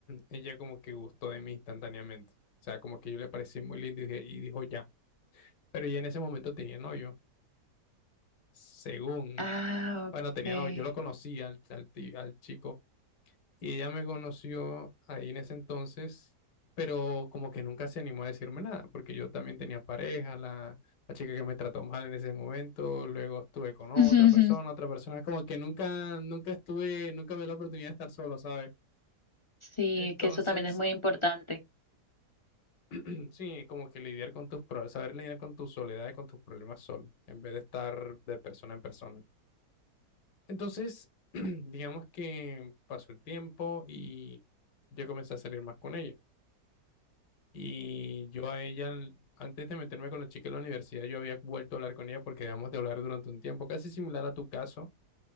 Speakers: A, on the left (about 85°); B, on the left (about 45°).
A: ella como que gustó de mí instantáneamente. O sea, como que yo le parecí muy lindo y, dije- y dijo ya. Pero ella en ese momento tenía novio. Según,
B: Ah,
A: bueno,
B: ok.
A: tenía novio. Yo lo conocí al, al, ti- al chico Y ella me conoció ahí en ese entonces, pero como que nunca se animó a decirme nada, porque yo también tenía pareja, la, la chica que me trató mal en ese momento, luego estuve con otra
B: <laughs>
A: persona, otra persona, como que nunca, nunca estuve, nunca me dio la oportunidad de estar solo, ¿sabes?
B: Sí,
A: Entonces,
B: que eso también es muy importante.
A: <clears throat> sí, como que lidiar con tus problemas, saber lidiar con tu soledad y con tus problemas solo, en vez de estar de persona en persona. Entonces, <clears throat> digamos que pasó el tiempo y yo comencé a salir más con ella. Y yo a ella, antes de meterme con la chica en la universidad, yo había vuelto a hablar con ella porque dejamos de hablar durante un tiempo, casi similar a tu caso,